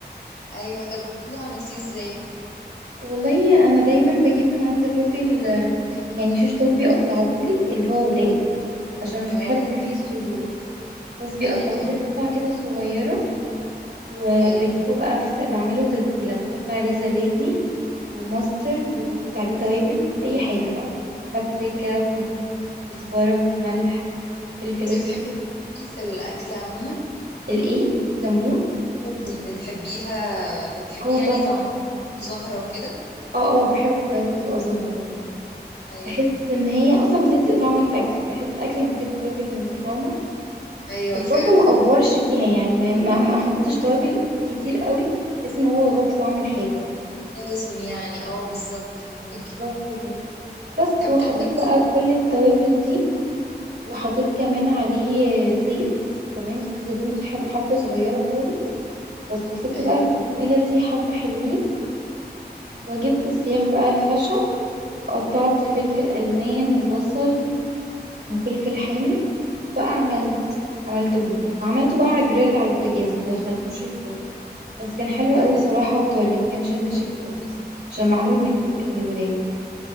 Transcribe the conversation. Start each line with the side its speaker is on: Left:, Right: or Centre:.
Left: ايوه طب وده عملتيه ازاي
Right: والله انا دايما بجيب من عند الراجل آه، يعني شيش طاووق بيقطعهولي اللي هو وراك عشان مش
Left: اه
Right: بحب فيه الصدور بس بيقطعهولي
Left: ايوه
Right: قطع كده صغيرة وبجيبه
Left: ايوه
Right: بقى في ت- بعمله تتبيلة بحط عليه زبادي وماسترد وبحط عليه توابل اي حاجة بقى بابريكا وكمون كزبرة ملح فلفل
Left: انتي
Right: اسود
Left: بتحبي التوابل في الاكل عموما
Right: الايه كمون
Left: التوابل بتحبيها بتحبي
Right: اه
Left: يعني
Right: طب
Left: طعمها زهرة وكده
Right: اه اه بحب التوابل تبقى زهرة طبعا
Left: ايوه
Right: بحس ان هي اصلا بتدي طعم الاكل بحس الاكل من غير توابل فاهمة
Left: ايوه
Right: بس
Left: فعلا
Right: برضه ما افورش فيها يعني ما ما ما احطش توابل كتير قوي بحيث ان هو يغطي طعم الحاجه
Left: توازن يعني اه بالظبط فهميكي
Right: بالظبط كده بس
Left: طب
Right: وحطيت
Left: كملي
Right: بقى
Left: لي
Right: كل التوابل دي وحطيت كمان عليه زيت تمام زيت زيتون حب- حبه صغيره خالص بس وسبت
Left: ايوه
Right: بقى في التتبيله دي حبه حلوين وجبت السياخ بقى الخشب وقطعت فلفل الوان وبصل وفلفل
Left: مم.
Right: حامي بقى عملت عملتهم وعملته بقى على الجريل على البوتاجاز ما دخلتوش الفرن بس كان حلو
Left: ايوه
Right: قوي صراحة وطري ما كانش ناشف خالص عشان معمول من
Left: مم.
Right: الكو- من الوراك